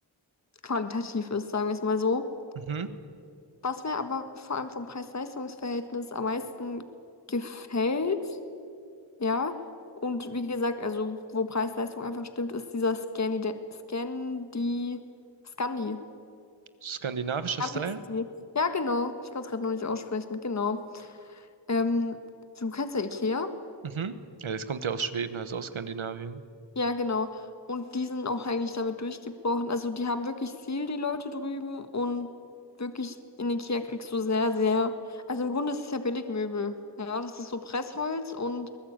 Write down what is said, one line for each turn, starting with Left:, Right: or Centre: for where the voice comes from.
Left: qualitativ ist, sagen wir es mal so.
Right: mhm.
Left: Was mir aber vor allem vom Preis-Leistungs-Verhältnis am meisten gefällt, ja, und wie gesagt, also wo Preis-Leistung einfach stimmt, ist dieser Scandi, Scandi, Scandi,
Right: Skandinavischer
Left: Scandi-Stil.
Right: Style?
Left: Ja, genau, ich kann es gerade noch nicht aussprechen, genau. Ähm, du kennst ja IKEA?
Right: Mhm. Ja, das kommt ja aus Schweden, also aus Skandinavien.
Left: Ja, genau. Und die sind auch eigentlich damit durchgebrochen. Also die haben wirklich Ziel, die Leute drüben. Und wirklich in Ikea kriegst du sehr, sehr... Also im Grunde ist es ja Billigmöbel. Ja, das ist so Pressholz und